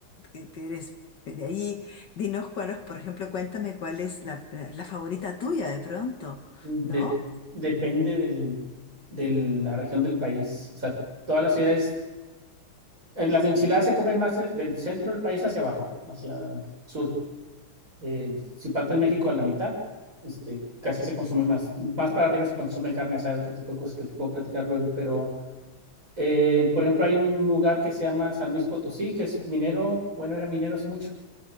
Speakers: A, on the left; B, on the right.
A: que- que eres de ahí? Dinos cuáles, por ejemplo, cuéntame cuál es la la favorita tuya de pronto,
B: de-
A: ¿no?
B: depende del- de la región del país. O sea, todas las ciudades, eh, las enchiladas se comen más eh, del centro del país hacia abajo, hacia el sur. eh, si partes México a la mitad, este, casi se consume más. Más para arriba se consume carne asada, otro tipo de cosas que te puedo platicar luego, pero eh, por ejemplo hay un lugar que se llama San Luis Potosí, que es minero, bueno, era minero hace mucho.